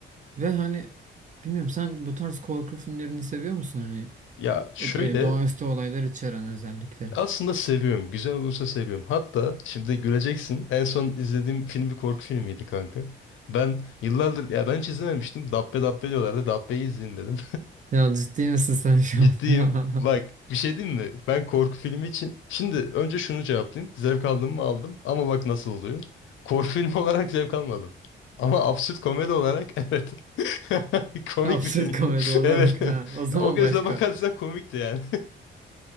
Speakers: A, on the right; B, on the left.
A: Ve hani bilmiyorum sen bu tarz korku filmlerini seviyor musun hani?
B: Ya şöyle
A: O- e, Doğaüstü olaylar içeren özellikle.
B: Aslında seviyorum. Güzel olursa seviyorum. Hatta şimdi güleceksin. En son izlediğim film bir korku filmiydi kanka. Ben yıllardır ya ben hiç izlememiştim. Dabbe Dabbe diyorlardı. Dabbe'yi izleyin dedim.
A: Ya ciddi misin sen şu
B: <laughs> Ciddiyim.
A: an?
B: Bak bir şey diyeyim mi? Ben korku filmi için şimdi önce şunu cevaplayayım. Zevk aldım mı aldım ama bak nasıl oluyor. Korku filmi <laughs> olarak zevk almadım. Ama absürt komedi olarak <laughs> evet. <laughs>
A: <laughs>
B: Komik
A: Absürt
B: bir filmdi.
A: komedi
B: <laughs>
A: olarak
B: Evet. <laughs>
A: ha. O zaman
B: Ya, o gözle
A: başka.
B: bakarsan komikti yani.